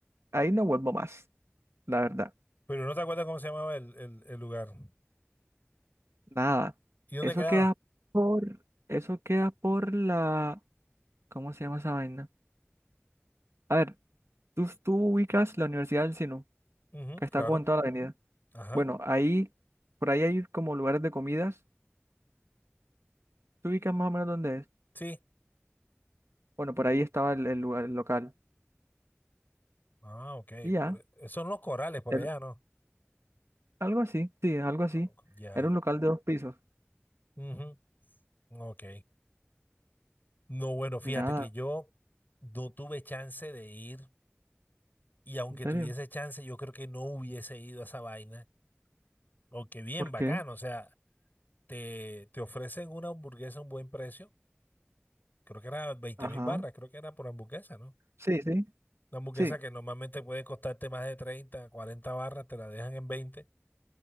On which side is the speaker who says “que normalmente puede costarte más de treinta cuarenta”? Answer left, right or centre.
Left